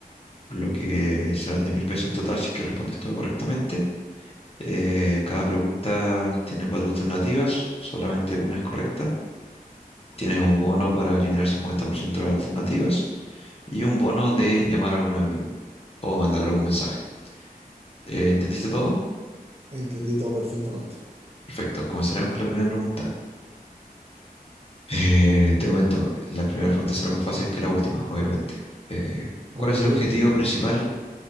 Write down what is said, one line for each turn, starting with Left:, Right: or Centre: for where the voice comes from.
Left: por lo que serán diez mil pesos en total si es que respondes todo correctamente. Eh, cada pregunta tiene cuatro alternativas, solamente una es correcta. Tienes un bono para eliminar 50% de las alternativas y un bono de llamar a algún amigo. o mandar algún mensaje. Eh, ¿entendiste todo?
Right: Entendí todo perfectamente.
Left: Perfecto, comenzaremos con la primera pregunta. Eh, te comento, las primeras preguntas serán más fáciles que las últimas, obviamente. Eh,
Right: Ok,
Left: ¿cuál es el objetivo
Right: ok.
Left: principal